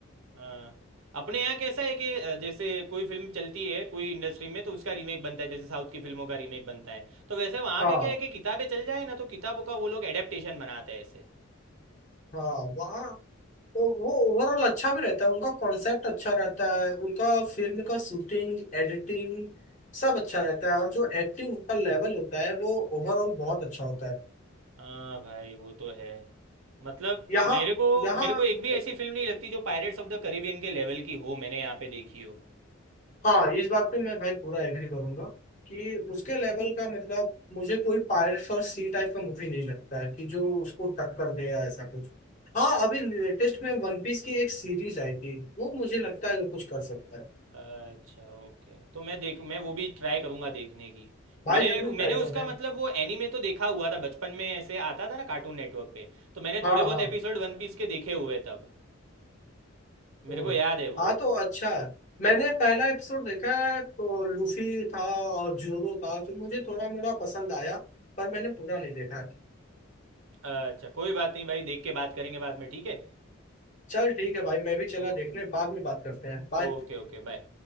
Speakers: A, on the right; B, on the left.
A: हाँ अपने यहाँ कैसा है कि अ, जैसे कोई फिल्म चलती है कोई इंडस्ट्री में तो उसका रीमेक बनता है जैसे साउथ की फिल्मों का रीमेक बनता है तो वैसे वहाँ
B: हाँ
A: पे क्या है कि किताबें चल जाए ना तो किताबों का वो लोग एडेप्टेशन बनाते हैं ऐसे
B: हाँ वहाँ तो वो ओवरऑल अच्छा भी रहता है उनका कॉन्सेप्ट अच्छा रहता है उनका फिल्म का शूटिंग एडिटिंग सब अच्छा रहता है और जो एक्टिंग का लेवल होता है वो ओवरऑल बहुत अच्छा होता है
A: हाँ भाई वो तो है मतलब
B: यहाँ
A: मेरे को
B: यहाँ
A: मेरे को एक भी ऐसी फिल्म नहीं लगती जो पायरेट्स ऑफ द कैरिबियन के लेवल की हो मैंने यहाँ पे देखी हो
B: हाँ इस बात पे मैं भाई पूरा एग्री करूंगा कि उसके लेवल का मतलब मुझे कोई पायरेट्स और सी टाइप का मूवी नहीं लगता है कि जो उसको टक्कर दे या ऐसा कुछ हाँ अभी लेटेस्ट में वन पीस की एक सीरीज आई थी वो मुझे लगता है वो कुछ कर सकता है
A: अच्छा ओके तो मैं देख मैं वो भी ट्राई करूंगा देखने की
B: भाई
A: मेरे
B: जरूर ट्राई
A: मैंने उसका
B: करना
A: मतलब वो एनीमे तो देखा हुआ था बचपन में ऐसे आता था ना कार्टून नेटवर्क पे तो मैंने
B: हाँ
A: थोड़े बहुत
B: हाँ
A: एपिसोड वन पीस के देखे हुए तब मेरे
B: ओ,
A: को याद है वो
B: हाँ तो अच्छा है मैंने पहला एपिसोड देखा है तो लूफी था और जोरो था तो मुझे थोड़ा मोड़ा पसंद आया पर मैंने पूरा नहीं देखा है
A: अच्छा कोई बात नहीं भाई देख के बात करेंगे बाद में ठीक है
B: चल ठीक है भाई मैं भी चला
A: ओके
B: देखने बाद में बात करते हैं बाय
A: Okay okay bye